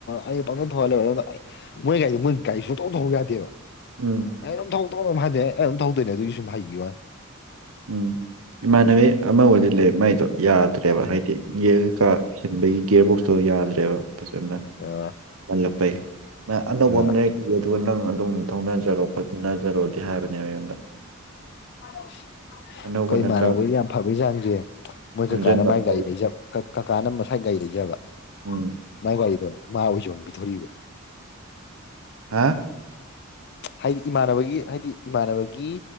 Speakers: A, on the left; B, on the right.
A: ꯑꯩ ꯄꯥꯎꯗ ꯊꯧꯍꯜꯂꯦꯕ ꯑꯗꯨ ꯃꯣꯏ ꯀꯩꯗꯤ ꯃꯣꯏ ꯀꯔꯤ ꯁ ꯇꯧ ꯊꯧ ꯌꯥꯗꯦꯕ
B: ꯎꯝ
A: ꯑꯩ ꯑꯗꯨꯝ ꯊꯧ ꯇꯧ ꯍꯗꯦ ꯑꯩ ꯑꯗꯨꯝ ꯊꯧꯗꯣꯏꯅꯦ ꯑꯗꯨꯒꯤ ꯁꯨꯝ ꯍꯩꯈꯤꯕ ꯋꯥ
B: ꯎꯝ ꯏꯃꯥꯟꯅꯕꯤ ꯑꯃ ꯑꯣꯏꯁꯤꯜꯂꯦ ꯃꯥꯏꯗꯣ ꯌꯥꯗ꯭ꯔꯦꯕ ꯍꯥꯏꯗꯤ ꯌꯦꯔ ꯀꯥ ꯆꯟꯕꯒꯤ ꯒꯤꯒꯔꯕꯣꯛꯁꯇꯣ ꯌꯥꯗ꯭ꯔꯦꯕ ꯑꯗꯨꯅ
A: ꯑ
B: ꯍꯜꯂꯛꯄꯩ ꯑꯅꯧꯕ
A: ꯑ
B: ꯑꯃ ꯂꯩꯔꯛꯈꯤꯒꯦ ꯑꯗꯨꯒ ꯅꯪ ꯑꯗꯨꯝ ꯊꯧꯅꯖꯔꯣ ꯈꯣꯠꯅꯖꯔꯣꯗꯤ ꯍꯥꯏꯕꯅꯦꯕ ꯑꯩꯉꯣꯟꯗ
A: ꯍ ꯑꯩꯈꯣꯏ
B: ꯑꯅꯧꯕ
A: ꯏꯃꯥꯟꯅꯕꯣꯏꯗꯤ
B: ꯅꯠꯇ꯭ꯔꯒ
A: ꯌꯥꯝ ꯐꯕꯩ ꯆꯥꯡꯁꯦ ꯃꯣꯏ
B: ꯁꯦꯝꯖꯤꯟꯕ
A: ꯀꯀꯥꯅ ꯃꯥꯏ
B: ꯑꯝ
A: ꯒꯥꯔꯤ
B: ꯇꯧ
A: ꯂꯩꯖꯛ ꯀꯀꯥꯅ ꯃꯁꯥꯏ ꯒꯥꯔꯤ ꯂꯩꯖꯕ
B: ꯎꯝ
A: ꯃꯥꯏ ꯒꯥꯔꯤꯗꯣ ꯃꯥ ꯑꯣꯏ ꯌꯣꯟ ꯄꯤꯊꯣꯔꯏꯕ
B: ꯍꯥꯥ
A: ꯍꯥꯏꯗꯤ ꯏꯃꯥꯟꯅꯕꯒꯤ ꯍꯥꯏꯗꯤ ꯏꯃꯥꯟꯅꯕꯒꯤ